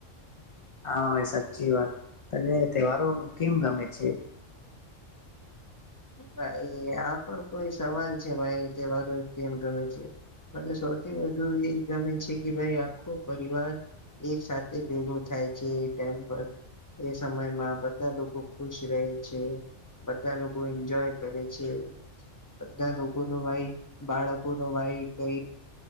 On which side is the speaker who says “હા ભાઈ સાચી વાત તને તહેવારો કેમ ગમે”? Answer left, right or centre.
Left